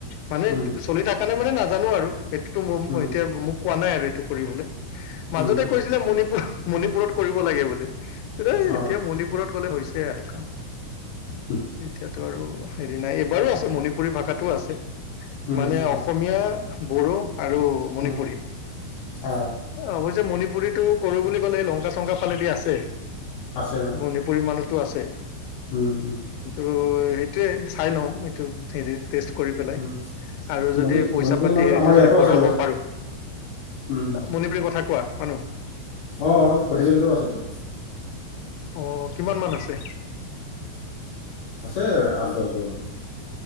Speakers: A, on the left; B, on the left.
A: মানে
B: উম
A: চলি থাকে সেইকাৰণে মানে নাজানো আৰু সেইটোৱতো ম
B: উম
A: এতিয়া মোক কোৱা নাই আৰু এইটো কৰিবলৈ মাজতে
B: উম উম
A: মণিপুৰ মণিপুৰত কৰিব লাগে বোলে এ
B: অ
A: এতিয়া মণিপুৰত গ'লে হৈছে এয়াই আৰু কাম
B: উম
A: এতিয়া ত আৰু হেৰি নাই এইবাৰো আছে মণিপুৰী ভাষাতো আছে
B: উম
A: মানে
B: উম
A: অসমীয়া বড়ো আৰু মণিপুৰী।
B: উম, অ
A: অৱশ্যে মণিপুৰী পুৰীটো কৰো বুলি কলে সেই লংকা চংকা ফালেদি আছে
B: আছে অ
A: মণিপুৰী মানুহ টো আছে
B: উম
A: ত সেইটোয়ে চাই লওঁ এইটো থেৰি টেছ কৰি পেলাই।
B: উম
A: আৰু যদি
B: মণি
A: পইচা
B: মণিপুৰী
A: পাতি
B: মানুহটো
A: হেৰিটো
B: আমাৰ ইয়াতো
A: যদি বঢ়াব
B: আছে বেলেগ
A: পাৰো,
B: উম
A: মণিপুৰী কথা কোৱা মানু
B: অ অ কঠিয়া আছে টো <unintelligible>
A: অহ কিমান মান আছে?
B: আছে আঠ দছ ঘৰ মান